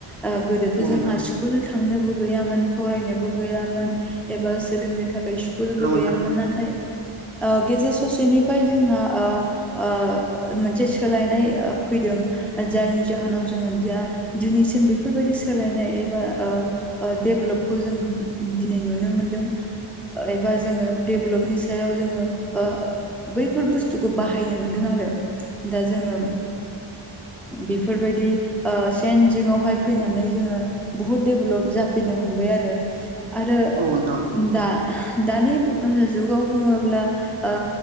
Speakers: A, in the centre; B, on the right.
A: ओ गोदोथ'
B: औ नोंथां
A: जोंहा स्कुल थांनोबो गैयामोन फरायनोबो गैयामोन एबा सोलोंनो थाखाय स्कुलबो
B: हेलौ
A: गैयामोन नाथाय ओ गेजेर स'सेनिफ्राय जोंहा ओ ओ मोनसे सोलायनाय फैदों जायनि जाहोनाव जोङो दा दिनैसिम बेफोरबायदि सोलायनाय एबा ओ ओ देभलपखौ जों दिनै नुनो मोनदों। एबा जोङो डेभेलपनि सायाव जोङो ओ बैफोर बुस्थुखौ बाहाय हायनो मोनदों आरो दा जोङो बे बेफोरबायदि ओ सेन जिङावहाय फैनानै जोङो बुहुत डेभेलप जाफैनो हमबाय आरो। आरो
B: नोंथां औ
A: दा दानि जुगाव बुङोब्ला ओ